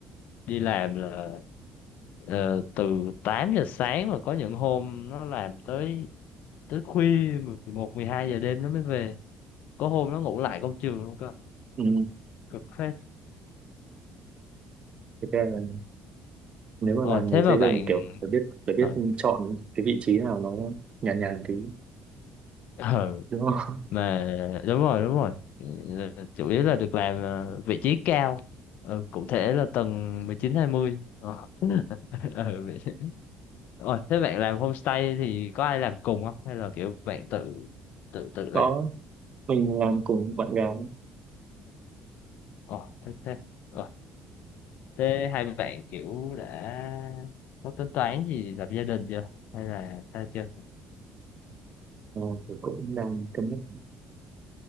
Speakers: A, on the left (about 70°); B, on the right (about 40°).
A: đi làm là ờ, từ 8 giờ sáng mà có những hôm nó làm tới tới khuya mười một mười hai giờ đêm nó mới về. Có hôm nó ngủ lại công trường luôn cơ.
B: ừ.
A: Cực phết.
B: Thế ra là nếu mà
A: Ờ
B: làm
A: thế
B: người
A: mà
B: xây
A: bạn
B: dựng kiểu phải biết phải biết
A: ờ
B: chọn cái vị trí nào nó nhàn nhàn tí
A: <laughs> ờ,
B: đúng không
A: mà đúng rồi đúng rồi. Ờ, Chủ yếu là được làm ờ, vị trí cao. Ờ, cụ thể là tầng 19 20. Ờ. <laughs> Ờ, vậy- Ôi, thế bạn làm homestay thì có ai làm cùng không hay là kiểu bạn tự tự
B: <laughs>
A: tự làm?
B: có mình làm cùng bạn gái
A: Ồ thế thế. Ờ, Thế hai bạn kiểu đã có tính toán gì lập gia đình chưa? Hay là ta chưa
B: ờ, thì cũng đang cân nhắc